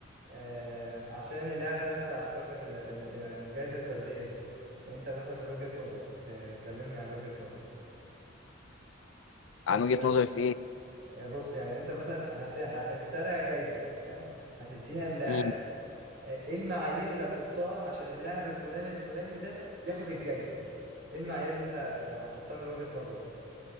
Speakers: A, on the right; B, on the left.
A: آه عشان اللاعب ده يحصل على فرد ال- ال- يعني الجائزه الفرديه دي انت مثلا من وجهه نظرك آه كلمني عن وجهه نظرك فاهم
B: عن
A: سؤال
B: وجهه نظري في
A: آه بص يعني انت مثلا هت هتخترع جائزه فاهم هتديها للاعب
B: ايه
A: آه ايه المعايير اللي هتحطها عشان اللاعب الفلاني الفلاني ده ياخد الجائزه ايه المعايير اللي انت هتحطها من وجهة نظرك